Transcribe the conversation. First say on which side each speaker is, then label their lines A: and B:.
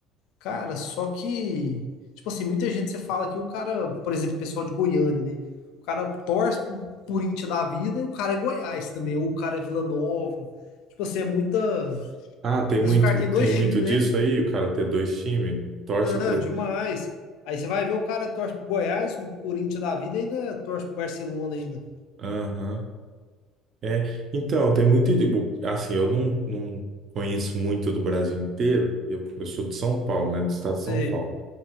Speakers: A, on the left; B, on the right.
A: Cara, só que, tipo assim, muita gente você fala que o cara, por exemplo, pessoal de Goiânia, né? O cara torce pro Corinthians da vida e o cara é Goiás também, ou o cara é Vila Nova. Tipo assim, é muita. Às
B: Ah, tem
A: vezes
B: muito,
A: o cara tem dois
B: tem muito
A: times,
B: disso
A: né?
B: aí, o cara ter dois times, torce
A: Não,
B: pro.
A: demais. Aí você vai ver o cara torce pro Goiás, o Corinthians da vida e ainda torce pro Barcelona ainda.
B: Aham. É, então, tem muito. de- o- Assim, eu não, não conheço muito do Brasil inteiro, eu, eu sou de São Paulo, né? Do estado de São
A: Sei.
B: Paulo.